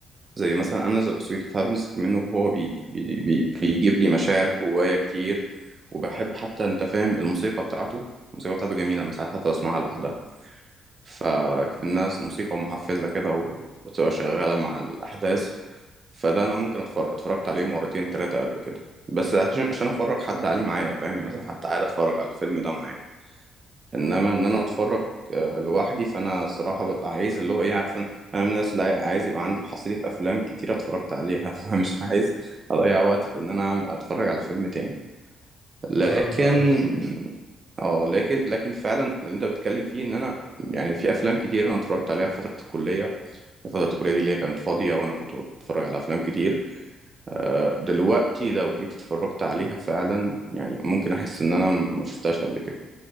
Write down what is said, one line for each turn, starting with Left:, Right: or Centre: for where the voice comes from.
Right: زي مثلا انا ذا بيرسويت اوف هابينس منه هو بي بي بي بيجيب لي مشاعر جوايا كتير وبحب حتى انت فاهم الموسيقى بتاعته الموسيقى بتاعته جميلة انا ساعات حتى بسمعها لوحدها فالناس موسيقى محفزة كده و- وتبقى شغالة مع الأحداث فده انا ممكن أتفرج اتفرجت عليه مرتين ثلاثه قبل كده بس عشان عشان افرج حد عليه معايا فاهم يعني مثلا حد تعالى اتفرج على الفيلم ده معايا انما ان انا اتفرج آه، لوحدي فانا الصراحه ببقى عايز اللي هو ايه عارف إن انا من الناس اللي عايز يبقى عندي حصيله افلام كتير اتفرجت عليها <laughs> فمش عايز اضيع وقت في ان انا اتفرج على فيلم تاني لكن
Left: آه، انا فاهم
Right: اه لكن لكن فعلا اللي انت بتتكلم فيه ان انا يعني في افلام كتير انا اتفرجت عليها في فتره الكليه فتره الكليه دي اللي هي كانت فاضيه وانا كنت بتفرج على افلام كتير آه، دلوقتي لو جيت اتفرجت عليها فعلا يعني ممكن احس ان انا ما شفتهاش قبل كده